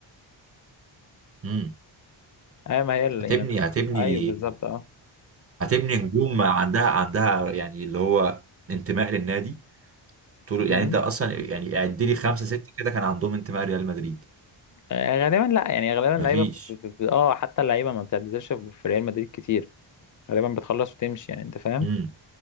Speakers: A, on the right (about 30°); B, on the left (about 40°).
A: مم.
B: ايوه ما هي ال-
A: هتبني
B: يعني
A: هتبني
B: ايوه بالظبط اه
A: هتبني نجوم عندها عندها يعني اللي هو انتماء للنادي طول
B: مم.
A: يعني انت اصلا يعني اعد لي خمسه سته كده كان عندهم انتماء ريال مدريد
B: آه، غالبا لا يعني غالبا اللعيبه
A: مفيش
B: ب... ب... ب... اه حتى اللعيبه ما بتعتزلش في في ريال مدريد كتير غالبا بتخلص وتمشي يعني انت فاهم
A: امم